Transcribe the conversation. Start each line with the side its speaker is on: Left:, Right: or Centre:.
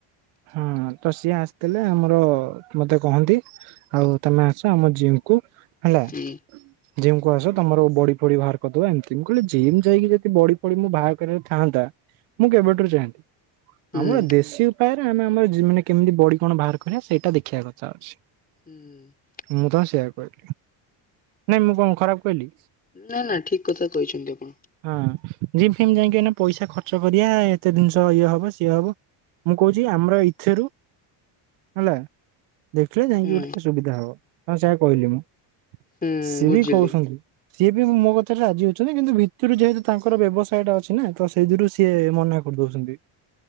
Right: ହୁଁ ତ ସିଏ ଆସିଥିଲେ ଆମର ମତେ କହନ୍ତି ଆଉ ତମେ ଆସ ଆମ ଜିମ୍ କୁ ହେଲା
Left: ହୁଁ
Right: ଜିମ୍ କୁ ଆସ ତମର ବଡି ଫଡି ବାହାର କରିଦବା ଏମତି ମୁଁ କହିଲି ଜିମ୍ ଯାଇକି ଯଦି ବଡି ମୁଁ ବାହା କରିବାର ଥାନ୍ତା ମୁଁ କେବେଠାରୁ ଯାଆନ୍ତି
Left: ହୁଁ
Right: ଆମର ଦେଶୀ ଉପାୟରେ ଆମେ ଆମର ମାନେ କେମିତି ବଡି କଣ ବାହାର କରିବା ସେଇଟା ଦେଖିବା କଥା ଅଛି।
Left: ହୁଁ।
Right: ମୁଁ ତ ସେୟା କହିଲି ନାଇଁ ମୁଁ କଣ ଖରାପ କହିଲି?
Left: ନା ନା ଠିକ କଥା କହିଛନ୍ତି ଆପଣ।
Right: ହଁ ଜିମ୍ ଫିମ୍ ଯାଇକି ଏଇନା ପଇସା ଖର୍ଚ୍ଚ କରିବା ଏତେ ଜିନିଷ ଇଏ ହବ ସିଏ ହବ। ମୁଁ କହୁଛି ଆମର ଇଥରୁ ହେଲା ଦେଖିଲେ ଯାଇକି
Left: ହୁଁ
Right: ଗୋଟେ ସୁବିଧା ମୁଁ ସେଇଆ କହିଲି ମୁଁ
Left: ହୁଁ
Right: ସିଏ
Left: ବୁଝିଲି।
Right: ବି କହୁଛନ୍ତି ସିଏ ବି ମୋ କଥାରେ ରାଜି ହଉଛନ୍ତି କିନ୍ତୁ ଭିତରୁ ଯେହେତୁ ତାଙ୍କର ବ୍ୟବସାୟ ଟା ଅଛି ନା ତ ସେଇଥିରୁ ସିଏ ମନେକ କରି ଦଉଛନ୍ତି।